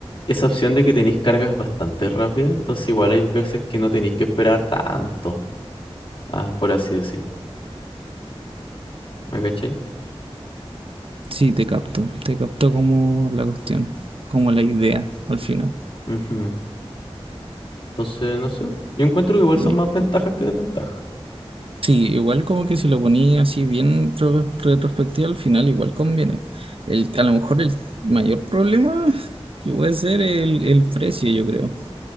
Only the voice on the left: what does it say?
esa opción de que tenéis cargas bastante rápidas, entonces igual hay veces que no tenéis que esperar tanto, ah, por así decir. ¿Me cachai?
Ujú. Entonces, no sé. Yo encuentro que igual
son más ventajas que desventajas.